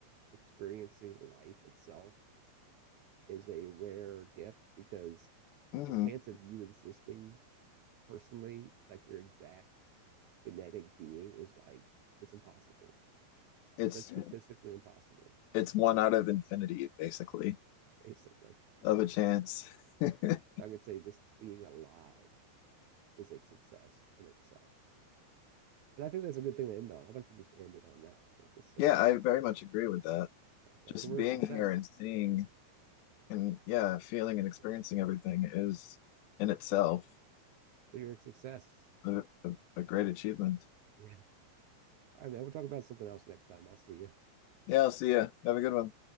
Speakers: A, on the right; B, on the left.
A: experiencing life itself is a rare gift because
B: hmm
A: the chance of you existing personally, like your exact genetic being, is like it's impossible.
B: It's
A: It's like statistically impossible,
B: it's one out of infinity, basically,
A: basically.
B: of a chance. <laughs>
A: I could say just being alive is a success in itself. And I think that's a good thing to end on. I'd like to just end it on that. Let's just say,
B: Yeah, I very much agree with that.
A: okay,
B: Just
A: so we're
B: being
A: a success.
B: here and seeing and yeah, feeling and experiencing
A: Yeah.
B: everything is in itself
A: So you're a success.
B: a, a, a great achievement.
A: Yeah. All right, man. We'll talk about something else next time. I'll see you.
B: Yeah, I'll see ya. Have a good one.